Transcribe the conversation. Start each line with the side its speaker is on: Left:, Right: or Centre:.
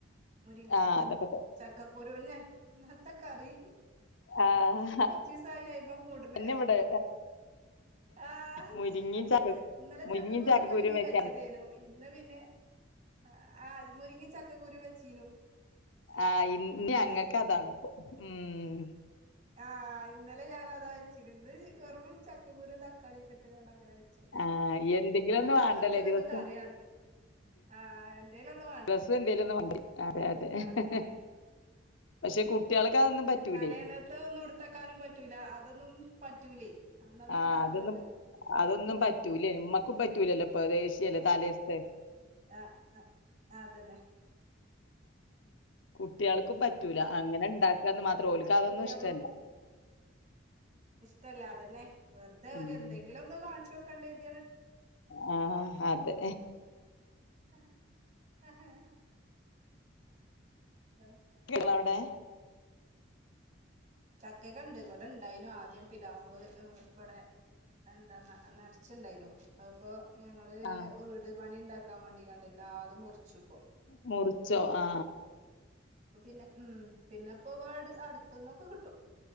Right: മുരി
Left: ആഹ് അതൊക്കെ ത
Right: ചക്കക്കുരൂന്നെ ന്നൽത്തെ കറി
Left: ആഹ്
Right: കൊർച്ചീസായി അയ്മ കൂട്ണ്
Left: അതന്നെ ഇവിടെ
Right: ആ
Left: മുരിങ്ങയും
Right: ച്ച്
Left: ചക്ക
Right: ഇന്നലെ
Left: മുരിങ്ങയും
Right: ചക്കക്കുരും മുര്ങ്ങിം
Left: വെക്കാനുണ്ടോ
Right: വെച്ചതേനു ഇന്ന് പിന്നെ അ ആ മുര്ങ്ങിം ചക്കക്കുരും വെച്ചീനു
Left: ആ ഇന്ന് ഞങ്ങക്കതാണ്
Right: ഇന്നലെ
Left: പ്പൊ ഉം
Right: ആ ഇന്നലെ ഞാനതാ വെച്ചീനെ ഇന്ന് വെറും ച ക്ക കുരും തക്കാളിയൊക്കെട്ട്ക്കാണ്ട് അങ്ങനെ വെച്ചു
Left: ആഹ് എന്തെങ്കിലും ഒന്ന്
Right: അല്ലാപ്പത്തേലൊന്ന്
Left: വേണ്ടല്ലേ ദിവസം
Right: കറിയാണ്ടേ ആ എന്തേലൊന്നു മാണ്ടേ
Left: ദിവസം എന്തേലും ഒന്ന് വേണ്ട അതെ അതെ
Right: അതെന്നെ
Left: പക്ഷെ
Right: ഉ
Left: കുട്ടികൾക്ക് അതൊന്നും പറ്റൂലേ
Right: തലേന്നത്തതാെന്നും ഇട്ത്തെക്കാനും പറ്റൂല അ തൊന്നും പറ്റൂലേ അന്നന്ന്
Left: ആ
Right: ഇണ്ടാക്ക്ണത്
Left: അതൊന്നും അതൊന്നും പറ്റൂലേ മ്മക്കും പ റ്റൂലല്ലോപ്പത് ദേശ്യല്ലേ താലേസ്‌തെ
Right: ആ അ അതന്നെ ഉം
Left: കുട്ട്യാള് ക്ക് പറ്റൂല അങ്ങനെണ്ടാക്കാന്ന് മാത്രം ഓൽക്ക് അതൊന്നും
Right: കുട്ടികൾക്കും
Left: ഇഷ്ടല്ല
Right: ഇഷ്ടല്ല അതന്നെ വെർതെ
Left: ഉം
Right: ഒര് എന്തെങ്കിലും ഒന്ന് കാണ്ച്ചൊട്ക്കെണ്ടെര്
Left: ആ അതെ
Right: ഹ ഹാ ഹ് ഉം
Left: ട്ട്യാളെവ്ടെ
Right: ചക്കക്കെണ്ട് ഇവടെണ്ടായിനു ആദ്യം പിലാവ് ബടെ എന്താ നെ നെർച്ച്ണ്ടായ്നോ അത്പ്പോ ഞങ്ങള്
Left: ആ
Right: വീട് പണിണ്ടാക്കാൻ മാണ്ടികാണ്ടേ എല്ലാതും മുർച്ചുപ്പോ
Left: മുർച്ചോ ആ
Right: അപ്പൊ പിന്നെ ഉം പിന്നെപ്പൊ വ്ട് അട്ത്ത്ന്നൊക്കെ ക്ട്ടും